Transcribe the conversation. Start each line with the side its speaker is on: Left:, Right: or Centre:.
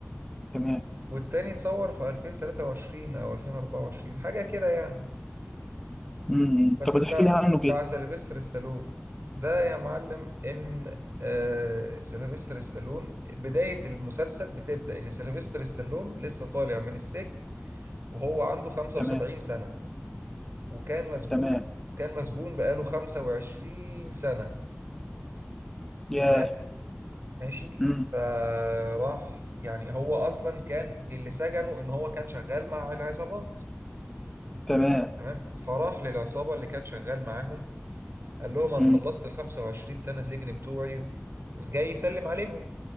Centre: تمام
Right: والتاني اتصور في 2023 او 2024 حاجه كده يعني
Centre: مم.
Right: بس
Centre: طب
Right: بتاع
Centre: تحكي لي عنه كده
Right: بتاع سيلفستر ستالون ده يا معلم ان آه سيلفستر ستالون بدايه المسلسل بتبدا ان سيلفستر ستالون لسه طالع من السجن وهو عنده 75
Centre: تمام
Right: سنه وكان مسجون
Centre: تمام
Right: كان مسجون بقاله 25 سنه
Centre: ياه
Right: تمام ماشي
Centre: مم.
Right: فراح يعني هو اصلا كان اللي سجنه ان هو كان شغال مع العصابات
Centre: تمام
Right: تمام فراح للعصابة اللي كان شغال معاهم قال لهم أنا
Centre: مم.
Right: خلصت ال 25 سنة سجن بتوعي وجاي يسلم عليهم